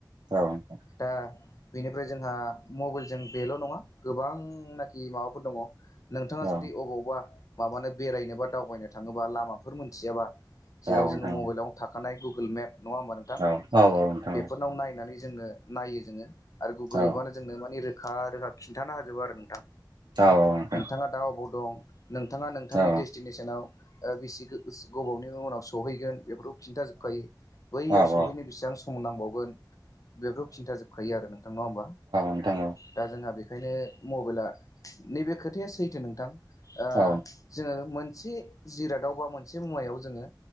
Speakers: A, on the right; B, on the left.
A: औ नोंथां
B: दा बेनिफ्राय जोंहा मबाइलजों बेल' नङा गोबांनाखि माबाफोर दङ। नोंथाङा
A: औ
B: जुदि अबावबा माबानो बेरायनोबा दावबायनो थाङोबा लामाफोर मोनथियाबा जेराव
A: औ नोंथां
B: जोङो मबाइलावनो थाखानाय गुगोल मेप नङा होमबा नोंथां
A: औ औ औ नोंथां
B: बेफोरनाव नायनानै जोंनो नायो जोङो आरो
A: औ
B: गुगोल एपआनो जोंनो मानि रोखा रोखा खिन्थानो हाजोबो आरो नोंथां
A: औ नोंथां
B: नोंथाङा दा अबाव दं नोंथाङा नोंथांनि
A: औ
B: डेस्टिनेसनाव ओ बिसि गोबावनि उनाव सौहैगोन बे- खिन्थाजोबखायो बैयाव
A: औ औ
B: सहैनो बेसेबां सम नांबावगोन बेफोरखौ खिन्था जोबखायो आरो नोंथां नङा होमबा
A: नोंथां
B: दा जोंहा बे बेखायनो मबाइला नैबे खोथाया सैथो नोंथां ओ
A: औ
B: जोङो मोन- से जिरादाव बा मोनसे मुवायाव जोङो